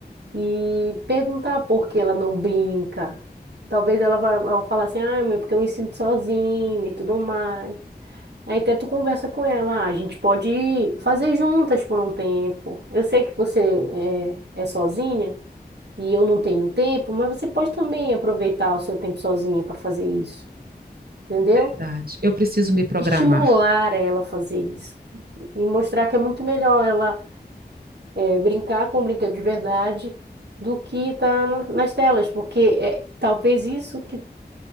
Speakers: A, on the right; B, on the right.
A: E perguntar por que ela não brinca. Talvez ela vá ela falar assim, ah, mãe, porque eu me sinto sozinha e tudo mais. Aí até tu conversa com ela, "Ah, a gente pode fazer juntas por um tempo. Eu sei que você é, é sozinha e eu não tenho tempo, mas você pode também aproveitar o seu tempo sozinha para fazer isso entendeu?
B: verdade. Eu preciso me programar.
A: Estimular ela a fazer isso e mostrar que é muito melhor ela eh, brincar com brinquedo de verdade do que estar nas telas, porque é talvez isso que